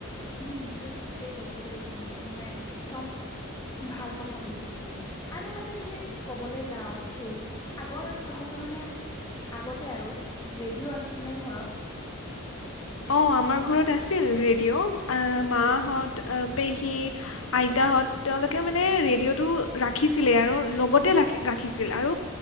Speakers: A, on the left (about 15°); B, on the left (about 70°).
A: উম, তই ঠিকেই কৈছ দেই, এইখিনি কথা মানে একদম ভাল কথা কৈছ এইখিনি। আৰু মানে, যদি ক'বলৈ যাও তোৰ আগৰ তহঁতৰ মানে আগতে আৰু ৰেডিঅ' আছিল নে ঘৰত?
B: অ', আমাৰ ঘৰত আছিল ৰেডিঅ', এ মাহঁত অ পেহী আইতাহঁত তেওঁলোকে মানে ৰেডিঅ'টো ৰাখিছিলে আৰু লগতে ৰাখি ৰাখিছিল আৰু